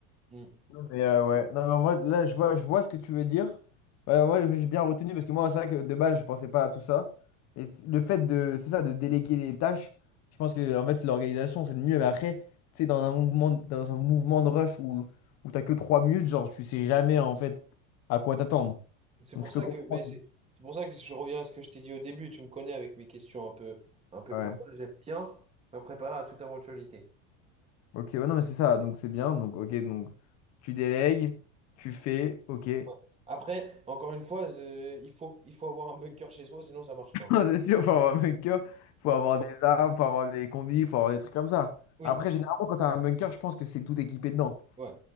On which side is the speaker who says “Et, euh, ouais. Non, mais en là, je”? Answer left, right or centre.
Left